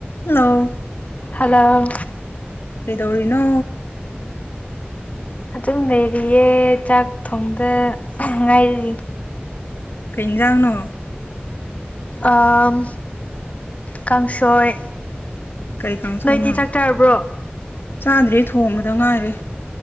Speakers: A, on the left; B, on the left.
A: ꯍꯜꯂꯣ
B: ꯍꯜꯂꯣ
A: ꯀꯩꯗꯧꯔꯤꯅꯣ
B: ꯑꯗꯨꯝ ꯂꯩꯔꯤꯌꯦ ꯆꯥꯛ ꯊꯣꯡꯗ ꯉꯥꯏꯔꯤ
A: ꯀꯩ ꯏꯟꯖꯥꯡꯅꯣ
B: ꯑꯥꯝ ꯀꯥꯡꯁꯣꯏ
A: ꯀꯩ ꯀꯥꯡꯁꯣꯏꯅꯣ
B: ꯅꯣꯏꯗꯤ ꯆꯥꯛ ꯆꯥꯔꯕ꯭ꯔꯣ
A: ꯆꯥꯗ꯭ꯔꯤ ꯊꯣꯡꯕꯗ ꯉꯥꯏꯔꯤ